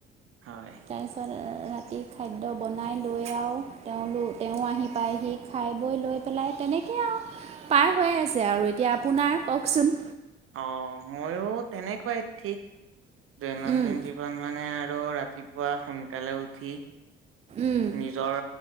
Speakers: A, on the right; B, on the right.
A: হয়।
B: তাৰপিছত ৰাতি খাদ্য বনাই লৈ আও তেওঁলো তেওঁ আহি পায়হি খাই বৈ লৈ পেলাই তেনেকৈ আও। পাৰ হৈ আছে আৰু এতিয়া আপোনাৰ কওকচোন?
A: অ মইও তেনেকুৱাই ঠিক। দৈনন্দিন
B: উম
A: জীৱন মানে আৰু ৰাতিপুৱা সোনকালে উঠি
B: উম
A: নিজৰ